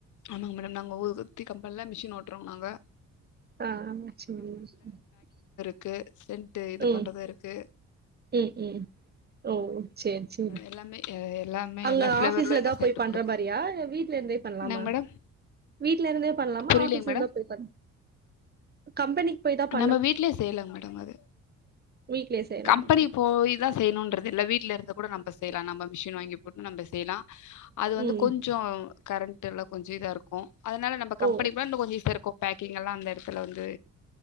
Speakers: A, on the left (about 75°); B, on the right (about 35°).
A: ஆமாங்க மேடம் நாங்க ஊதுபத்தி ப்பல்ல மிஷின் ஓட்டுறவங்க நாங்க
B: <inaudible>
A: ஓ கே சென்ட் இது
B: ம்
A: பண்றது இருக்கு
B: ம் ம் ஓ சேரி சேரி
A: எல்லாமே எல்லாமே
B: அங்க
A: எல்லா
B: ஒருஆபிீஸ்ல
A: ஃப்ளேவர்லையும் எங்களுக்கு
B: தான் போய்ண்ற
A: செஞ்சு கொடுங்க
B: மாதிரியா வீட்டுல இருந்தே பண்ற
A: என்னங்க மேடம்
B: வீட்டுல இருந்தே பண்ணலாம
A: புரியலைங்க
B: ஆபீஸ்லதா
A: மேடம்
B: போய் பண்ண கம்பெனி போய் தான்
A: நம்ம வீட்லயே செய்யலங்க மேடம் அது
B: வீட்லயே செய்யலாமா
A: கம்பெனி போய் தான் செய்யணும்ன்றது இல்ல வீ வீல இருந்து கூட நம் செய்யலாம் நம்ம மிஷின் வாங்கி போட்டு நம்ப செய்யலாம் அது வந்து
B: ம்
A: கொஞ்சம் கரண்ட் எல்லாம் கொஞ்சம் இதா இருக்கும் அதனால நம்மப
B: ஓ
A: கம்பெனிக்கு போனா இன்னும் கொஞ்சம்ஈசியா இருக்கும் பேக்கிங் எல்லாம் அந்த இடத்துல வந்து